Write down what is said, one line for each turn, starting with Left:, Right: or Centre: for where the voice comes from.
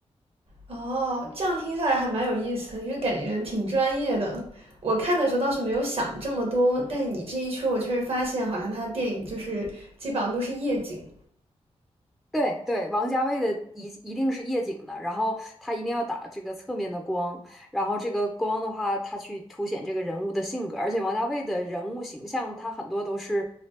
Right: 哦，这样听下来还蛮有意思的，因为感觉挺专业的。我看的时候倒是没有想这么多，但是你这一说，我确实发现好像他的电影就是基本上都是夜景。
Centre: 对对，王家卫的一一定是夜景的，然后他一定要打这个侧面的光，然后这个光的话，他去凸显这个人物的性格，而且王家卫的人物形象，他很多都是，